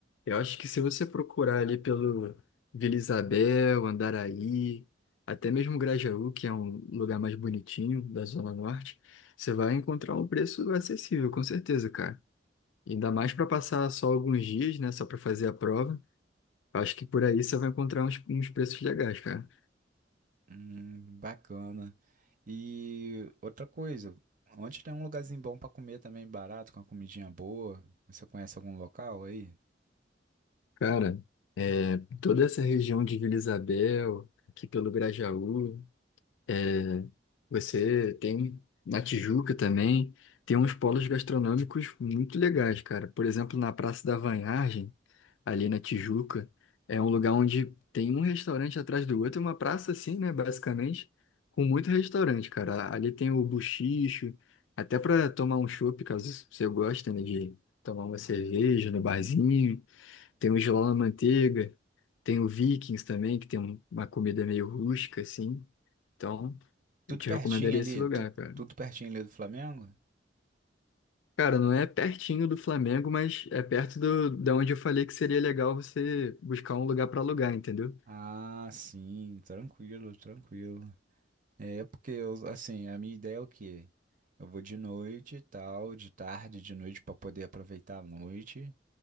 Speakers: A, on the left; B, on the right.
A: Eu acho que se você procurar ali pelo Vila Isabel, Andaraí, até mesmo Grajaú, que é um lugar mais bonitinho da Zona Norte, você vai encontrar um preço acessível, com certeza, cara. Ainda mais para passar só alguns dias, né? Só para fazer a prova. Acho que por aí você vai encontrar uns, uns preços legais, cara.
B: Hum, bacana. E outra coisa, onde tem um lugarzinho bom pra comer também, barato, com uma comidinha boa? Você conhece algum local aí?
A: Cara, é, toda essa região de Vila Isabel, aqui pelo Grajaú, é, você tem na Tijuca também, tem uns polos gastronômicos muito legais, cara. Por exemplo, na Praça da Vanhagem, ali na Tijuca. É um lugar onde tem um restaurante atrás do outro, uma praça assim, né, basicamente, com muito restaurante, cara. Ali tem o Buchicho, até para tomar um chopp, caso você goste, né, de tomar uma cerveja
B: Uhum.
A: no barzinho. Tem o Giló na Manteiga, tem o Vikings também, que tem um- uma comida meio rústica, assim. Então,
B: Tudo
A: eu te
B: pertinho
A: recomendaria
B: ali,
A: esse lugar,
B: tudo,
A: cara.
B: tudo pertinho ali do Flamengo?
A: Cara, não é pertinho do Flamengo, mas é perto do, da onde eu falei que seria legal você buscar um lugar para alugar, entendeu?
B: Ah, sim, tranquilo, tranquilo. É porque eu, assim, a minha ideia é o quê? Eu vou de noite e tal, de tarde, de noite pra poder aproveitar a noite.